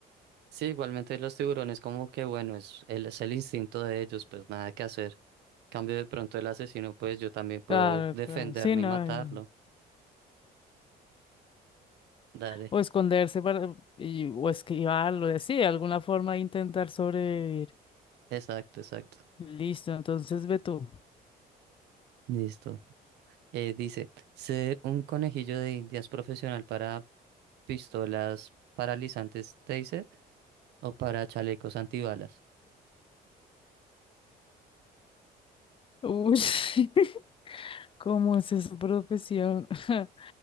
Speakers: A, on the right; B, on the left.
A: Sí, igualmente los tiburones como que bueno, es el, es el instinto de ellos, pues nada que hacer. Cambio de pronto el asesino, pues yo también puedo
B: Claro,
A: defenderme
B: claro, sí, no.
A: y matarlo.
B: eh,
A: Dale,
B: O esconderse para, y- o esquivarlo, eh, sí, de alguna forma intentar sobrevivir.
A: exacto, exacto.
B: Listo, entonces ve tú.
A: Listo. Eh, dice, ser un conejillo de indias profesional para pistolas paralizantes taser o para chalecos antibalas.
B: Uy, <laughs> ¿cómo es esa profesión? <laughs>